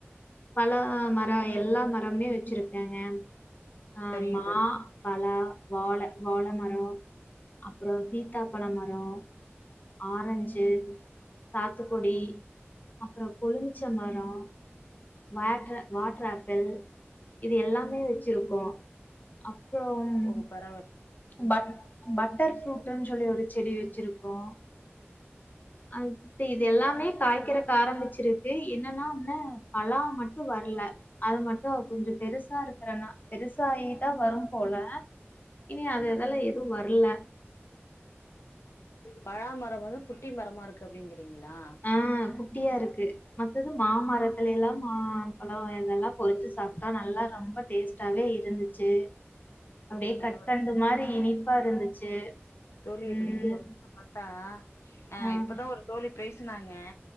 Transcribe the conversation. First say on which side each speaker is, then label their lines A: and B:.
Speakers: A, on the left; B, on the left.
A: பலா மரம் எல்லா மரமே வச்சிருக்காங்க அஹ்
B: சரிங்க
A: மா
B: தோழி
A: பலா வாழ வாழை மரம் அப்பறம் சீத்தாப்பழம் மரம் ஆரஞ்சு சாத்துக்குடி அப்புறம் கொழுங்க பச்ச மரம் வா வாட்டர் ஆப்பிள் இது எல்லாமே வச்சிருக்கோம் அப்புறம்
B: ஓ பரவால்ல
A: பட் பட்டர் ஃப்ரூட்ன்னு சொல்லி ஒரு செடி வச்சிருக்கோம் அப்ப இது எல்லாமே காய்கற ஆரம்பிச்சிருக்கு என்னன்னா உடனே பலா மட்டும் வரல அத மட்டும் கொஞ்சம் பெருசா இருக்கறேனா பெருசாயிதான் வரும் போல இனி அது அதெல்லாம் எதுவும் வ இல்ல
B: பலாமரம் வந்து குட்டி மரமா இருக்கு அப்படிங்கட்டு அப்டிங்களா
A: ஆஹ் குட்டியா இருக்கு மத்தது மாமரத்தல எல்லாம் மாப்பழம் இதெல்லாம் பொரிஞ்சு சாப்பிட்டா நல்லா ரொம்ப டேஸ்டாவே இருந்துச்சு அப்படியே
B: ஓ பரவால்ல
A: கட்கண்டு மாதிரி இனி அப்பா இருந்துச்சு
B: தோழி
A: உம்
B: இப்ப நீங்க சொல்றத பார்த்தா அஹ்
A: ஆஹ்
B: இப்பதான் ஒரு தோழி பேசினாங்க